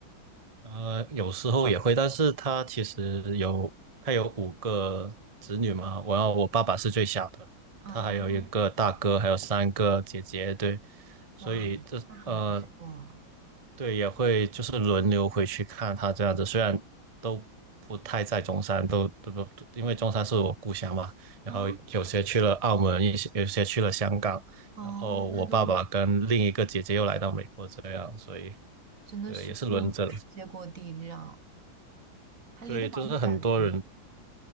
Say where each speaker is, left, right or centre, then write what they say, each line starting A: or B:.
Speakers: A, on the right; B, on the right.
A: 呃，有时候也会，但是他其实有，他有五个子女嘛，我要我爸爸是最小的，
B: 哦，
A: 他还有一个大哥，还有三个姐姐，对，所以这呃，
B: 哇，那很不错。
A: 对，也会就是轮流回去看他这样子，虽然都不太在中山，都都都，因为中山是我故乡嘛，然后有些去了澳门，
B: 哦
A: 一些有些去了香港，
B: 哦，
A: 然后我爸爸跟另一个姐姐又来到美国这样，
B: 那都
A: 所以
B: 真的是遍布世界各地，
A: 对，也是轮着。
B: 这样还离得蛮远的。
A: 对，就是很多人